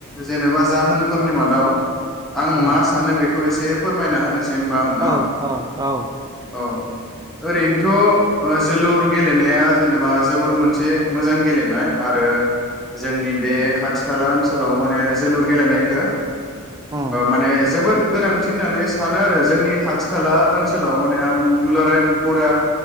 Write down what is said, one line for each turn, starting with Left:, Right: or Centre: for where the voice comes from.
Centre: जेनेबा जाहोनफोरनि मादाव आं
Right: उम
Centre: मा सानो बेखौ एसे फोरमायना होनोसै होमबा आङो न'
Right: औ औ औ
Centre: औ ओरैनोथ जोलुर गेलेनाया जेनेबा जोबोर मोनसे मोजां गेलेनाय आरो जोंनि बे खाथि खाला ओनसोलाव माने जोलुर गेलेनायखौ
Right: उम
Centre: माने जोबोर गोनांथि होननानै सानो आरो जोंनि खाथि खाला ओनसोलाव माने आं दुलाराय फुरा